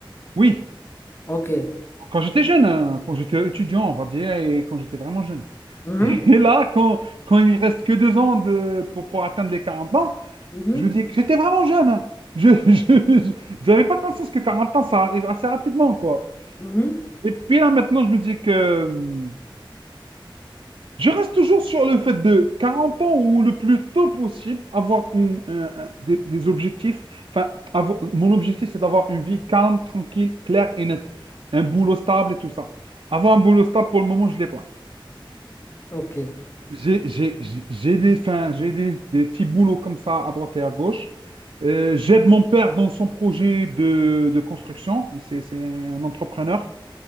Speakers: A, on the right; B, on the left.
A: Oui,
B: Ok.
A: quand j'étais jeune, hein, quand j'étais étudiant, on va dire, et quand j'étais vraiment jeune.
B: Mhm.
A: Et là, quand, quand il reste que deux ans de, pour, pour atteindre les 40 ans,
B: Mhm.
A: je me dis que j'étais vraiment jeune. hein. Je, je, je- j'avais pas conscience que 40 ans, ça arrive assez rapidement, quoi.
B: Mhm.
A: Et puis là, maintenant, je me dis que hum, je reste toujours sur le fait de 40 ans ou le plus tôt possible, avoir une, un- un- des, des objectifs. Enfin, avoir- mon objectif, c'est d'avoir une vie calme, tranquille, claire et nette. Un boulot stable et tout ça. Avoir un boulot stable, pour le moment, je ne l'ai pas.
B: Ok.
A: J'ai j'ai- j'ai- j'ai des, enfin, j'ai des, des petits boulots comme ça à droite et à gauche. Euh, j'aide mon père dans son projet de, de construction. C'est, c'est un entrepreneur.